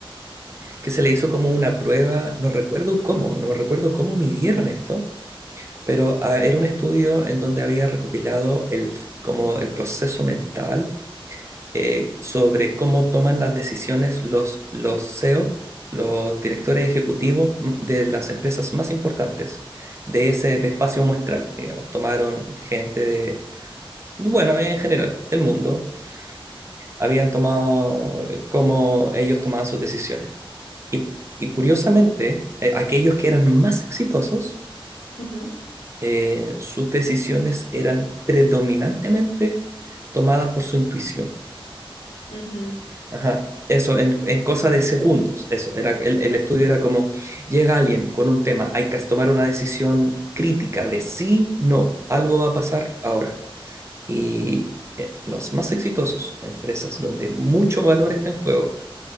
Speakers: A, on the right; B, on the left.
A: que se le hizo como una prueba, no recuerdo cómo, no recuerdo cómo midieron esto, pero ah, era un estudio en donde había recopilado el, como el proceso mental eh, sobre cómo toman las decisiones los, los CEO, los directores
B: Ujú,
A: ejecutivos m- de las empresas más importantes de ese de espacio muestral, digamos. Tomaron gente de- bueno, en general, del mundo, habían tomado eh, cómo ellos tomaban sus decisiones. Y, y curiosamente, eh, aquellos que eran más exitosos,
B: ujú,
A: eh, sus decisiones eran predominantemente tomadas por su intuición.
B: ujú.
A: Ajá. Eso, en, en cosa de segundos, eso, era, el, el estudio era como, llega alguien con un tema, hay que tomar una decisión crítica de sí, no, algo va a pasar ahora. Y eh, los más exitosos, empresas donde mucho valor está en juego,